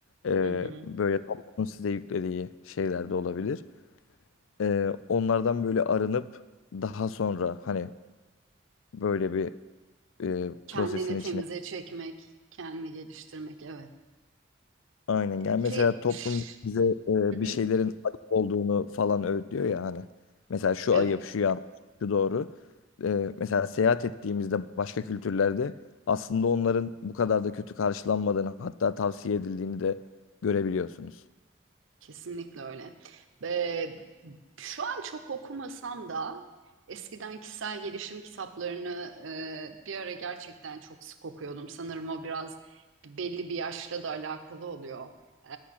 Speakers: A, on the left; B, on the right.
A: E,
B: Hı hı.
A: böyle toplumun size yüklediği şeyler de olabilir. Ee, onlardan böyle arınıp daha sonra hani böyle bir e,
B: Kendini
A: prosesin
B: temize
A: içine
B: çekmek, kendini geliştirmek, evet.
A: aynen gel.
B: Şey,
A: mesela toplum
B: üf,
A: bize e,
B: Hı hı.
A: bir şeylerin ayıp olduğunu falan öğütlüyor ya hani. Mesela şu
B: Evet,
A: ayıp, şu yanlış, şu doğru. Ee, mesela seyahat ettiğimizde başka kültürlerde aslında onların bu kadar da kötü karşılanmadığını hatta tavsiye edildiğini de görebiliyorsunuz.
B: kesinlikle öyle. Ve şu an çok okumasam da eskiden kişisel gelişim kitaplarını e, bir ara gerçekten çok sık okuyordum. Sanırım o biraz belli bir yaşla da alakalı oluyor. E,